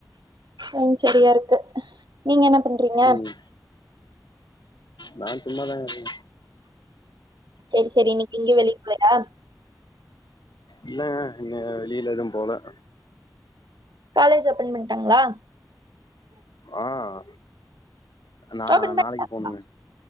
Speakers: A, on the right (about 80°); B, on the left (about 80°).
A: ம் சரியா இருக்கு நீங்க என்ன பண்றீங்க
B: ம் நா சும்மா தாங்க இருக்கே
A: செரி செரி இன்னிக்கு எங்கயு வெளிய போலயா
B: இல்ல என்ன வெளியில எதுவு போல
A: காலேஜ் ஓபன் பண்டாங்களா
B: ஆஹ் நா
A: ஓபன்
B: நாளைக்கு
A: பண்ட்டாங்களா
B: போணுங்க